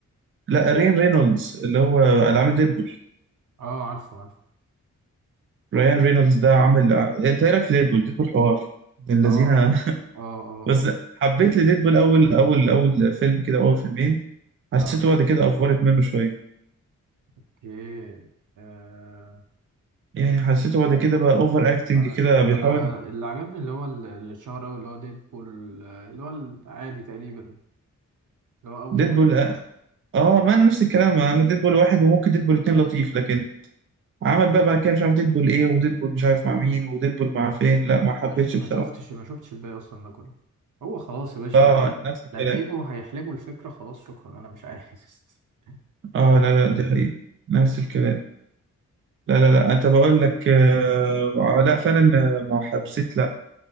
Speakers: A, on the right; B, on the right.
A: لا رين رينولدز اللي هو اللي عامل ديدبول
B: اه عارفه عارفه
A: ريان رينولدز ده عامل ع- انت ايه رأيك في ديدبول ديدبول حوار من الذين
B: اه
A: <laughs>
B: اه اه
A: بس حبيت لديدبول اول اول اول فيلم كده اول فيلمين حسيته
B: اه آه،
A: بعد كده افورت منه شوية
B: اوكي آه
A: يعني حسيته بعد كده بقى اوفر اكتنج
B: انا
A: كده
B: ش... انا
A: بيحاول
B: اللي عجبني اللي هو ال- اللي اتشهر اوي اللي هو ديدبول آه، اللي هو العادي تقريبا اللي هو اول
A: ديدبول
B: جزء
A: اه ما انا نفس الكلام انا ديدبول واحد وممكن ديدبول اتنين لطيف لكن عمل بقى بعد كده مش عارف ديدبول ايه وديدبول مش عارف مع مين وديدبول مع فين لا ما حبيتش
B: ما ش- ما
A: بصراحة
B: شفتش ما شفتش الباقي اصلا ده كله هو خلاص يا باشا
A: اه
B: انا
A: نفس الكلام
B: لما يجوا هيحلبوا الفكره خلاص شكرا انا مش عايز <laughs>
A: اه لا لا دي حقيقة نفس الكلام لا لا لا انت بقول لك آه آه، لا فعلا آه، ما حبسيت لا